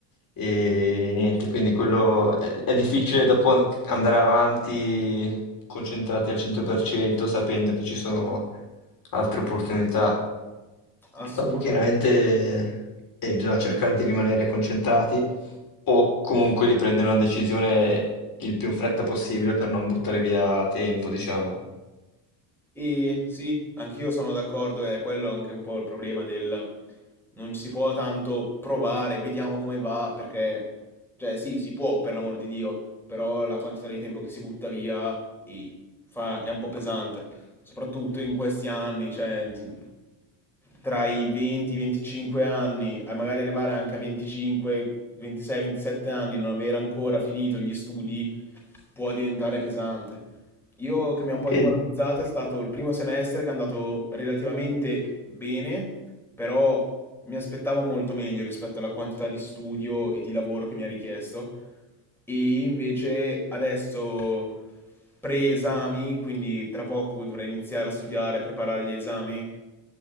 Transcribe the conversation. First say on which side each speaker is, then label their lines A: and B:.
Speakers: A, on the left; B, in the centre.
A: e niente, quindi quello è, è difficile dopo an- andare avanti concentrati al 100% sapendo che ci sono altre opportunità.
B: Assolutamente.
A: Dopo chiaramente eh, bisogna cercare di rimanere concentrati o comunque di prendere una decisione il più in fretta possibile per non buttare via tempo, diciamo.
B: E sì, anch'io sono d'accordo, è quello anche un po' il problema del non si può tanto provare, vediamo come va, perché, cioè sì, si può, per l'amor di Dio, però la quantità di tempo che si butta via e fa- è un po' pesante, soprattutto in questi anni, cioè n- tra i 20, 25 anni, a magari arrivare anche a 25, 26, 27 anni, non aver ancora finito gli studi, può diventare pesante. Io che mi ha un po'
A: E
B: demoralizzato è stato il primo semestre che è andato relativamente bene, però mi aspettavo molto meglio rispetto alla quantità di studio e di lavoro che mi ha richiesto. E invece adesso pre-esami, quindi tra poco dovrei iniziare a studiare, preparare gli esami